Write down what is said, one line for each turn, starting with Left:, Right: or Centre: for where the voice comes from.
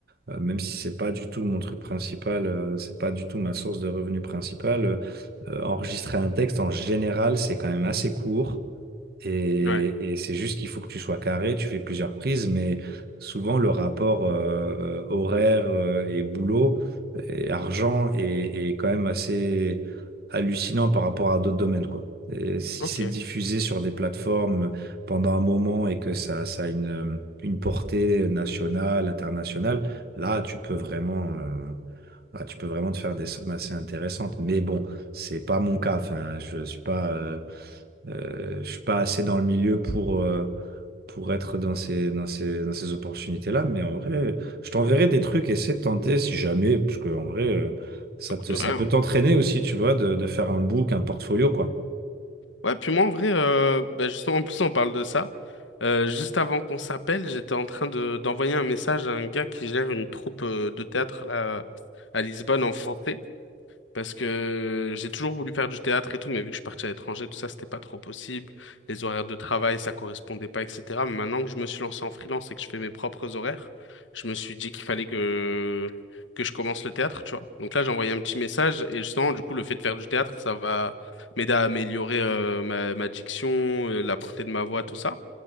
Right: euh, même si c'est pas du tout mon truc principal, euh, c'est pas du tout ma source de revenus principale, euh, euh, enregistrer un texte en général, c'est quand même assez court. Et,
Left: Ouais,
Right: et c'est juste qu'il faut que tu sois carré, tu fais plusieurs prises, mais souvent le rapport euh, euh, horaire euh, et boulot et argent est, est quand même assez hallucinant par rapport à d'autres domaines, quoi. Et si
Left: ok.
Right: c'est diffusé sur des plateformes pendant un moment et que ça, ça a une, euh, une portée nationale, internationale, là, tu peux vraiment, euh, là, tu peux vraiment te faire des sommes assez intéressantes. Mais bon, c'est pas mon cas. Enfin, je suis pas. euh, euh, je suis pas assez dans le milieu pour, euh, pour être dans ces, dans ces, dans ces opportunités-là, mais en vrai, je t'enverrai des trucs, essaie de tenter si jamais, parce que en vrai, euh, ça
Left: Ça coûte
Right: te, ça
Left: rien,
Right: peut
Left: hein.
Right: t'entraîner aussi, tu vois, de, de faire un book, un portfolio, quoi.
Left: Ouais, puis moi, en vrai, euh, bah, justement, en plus, on parle de ça. Euh, juste avant qu'on s'appelle, j'étais en train de, d'envoyer un message à un gars qui gère une troupe, euh, de théâtre, là, à Lisbonne, en France. Parce que j'ai toujours voulu faire du théâtre et tout, mais vu que je suis parti à l'étranger, tout ça, c'était pas trop possible. Les horaires de travail, ça correspondait pas, etc. Mais maintenant que je me suis lancé en freelance et que je fais mes propres horaires, je me suis dit qu'il fallait que, que je commence le théâtre, tu vois. Donc là, j'ai envoyé un petit message et justement, du coup, le fait de faire du théâtre, ça va m'aider à améliorer euh, ma, ma diction, euh, la portée de ma voix, tout ça.